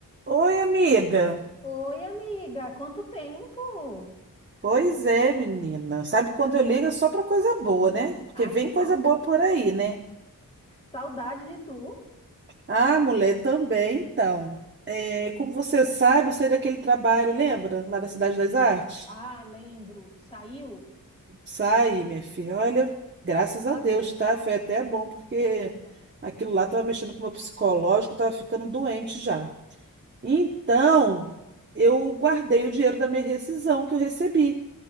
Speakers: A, on the right; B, on the left.
A: Oi, amiga.
B: Oi, amiga, quanto tempo?
A: Pois é, menina. Sabe quando eu ligo é só pra coisa boa, né? Porque
B: Ai,
A: vem
B: que
A: coisa
B: bom.
A: boa por aí, né?
B: Saudade de tu.
A: Ah, mulher, também, então. É, como você sabe, eu saí daquele trabalho, lembra? Lá da Cidade das Artes?
B: Ah, lembro. Saiu?
A: Saí, minha filha. Olha,
B: Graças
A: graças a
B: a
A: Deus,
B: Deus.
A: tá? Foi até bom, porque
B: Nossa.
A: aquilo lá tava mexendo com o meu psicológico, eu tava ficando doente já. Então, eu guardei o dinheiro da minha rescisão que eu recebi.